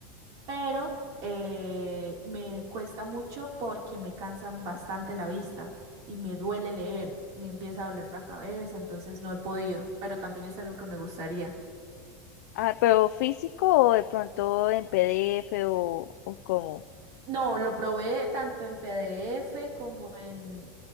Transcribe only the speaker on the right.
pero eh, me cuesta mucho porque me cansan bastante la vista y me duele leer, me empieza a doler la cabeza, entonces no he podido, pero también es algo que me gustaría.
No, lo probé tanto en PDF como en,